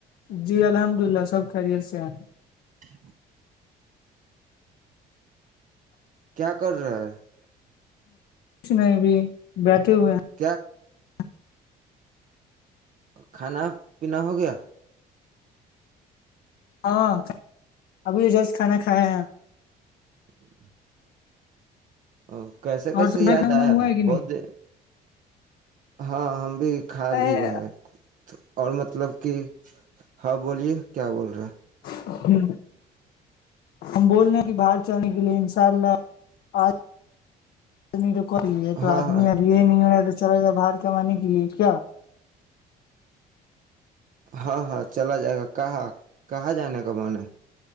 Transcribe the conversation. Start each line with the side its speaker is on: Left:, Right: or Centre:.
Left: جی الحمد للہ سب خیریت سے ہیں
Right: ج کیا کر رہا ہے
Left: کچھ نہیں بھی بی کی ہوئے
Right: کیا
Left: <unintelligible>
Right: کھانا پینا ہو گیا
Left: ہاں ابھی ا جس کھانا کھاائے ہے
Right: ج <inaudible> ا کیسے کیسے
Left: اور صبح
Right: یاد
Left: کھانا
Right: آیا
Left: ہوا ہے کہ
Right: بہت
Left: نہیں
Right: دیر ہاں ہم بھی خالی
Left: اے،
Right: ہے اور مطلب کہ ہاں بولیے کیا بول رہا ہے
Left: ہ ہم بول رہے ہیں کہ باہر اچا ن کے لیے انشاء اللہ آ <inaudible> یہ تو
Right: ہاں
Left: آدمی
Right: ہاں
Left: ابھی یہ نہیں ہو رہا ہے چلا گائے باہر کمانے کے لیے کیا
Right: ہاں ہاں چلا جائے گا کہاں کہاں جانے کا م ہے